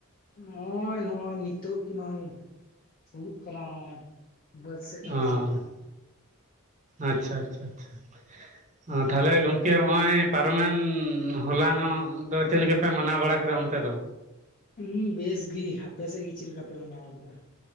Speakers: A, on the left; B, on the right.
A: ᱱᱚᱜᱼᱚᱭ ᱱᱚᱜᱼᱚᱭ ᱱᱤᱛᱳᱜ ᱜᱮ ᱱᱚᱜᱼᱚᱭ ᱦᱩᱭᱩᱜ ᱠᱟᱱᱟ ᱱᱚᱜᱼᱚᱭ ᱵᱟᱹᱫᱽ ᱥᱮᱫ ᱪᱟᱞᱟᱣ
B: ᱚᱸ
A: ᱦᱩᱭ ᱟᱠᱟᱱᱟ
B: ᱟᱪᱪᱷᱟ ᱟᱪᱪᱷᱟ ᱟᱪᱪᱷᱟ
A: <inaudible>
B: ᱚᱸ ᱛᱟᱦᱚᱞᱮ ᱜᱚᱝᱠᱮ ᱱᱚᱜᱼᱚᱭ ᱯᱟᱨᱚᱢᱮᱱ ᱦᱚᱞᱟᱱᱚᱜ ᱫᱚ ᱪᱮᱫ ᱞᱮᱠᱟᱯᱮ ᱢᱟᱱᱟᱣ ᱵᱟᱲᱟ ᱠᱮᱫᱟ ᱚᱱᱛᱮ ᱫᱚ
A: ᱦᱩᱸ ᱵᱮᱥ ᱜᱮ ᱟᱯᱮᱥᱮᱫ ᱜᱮ ᱪᱮᱞ ᱠᱟᱯᱮ ᱢᱟᱱᱟᱣ ᱟᱠᱟᱫᱟ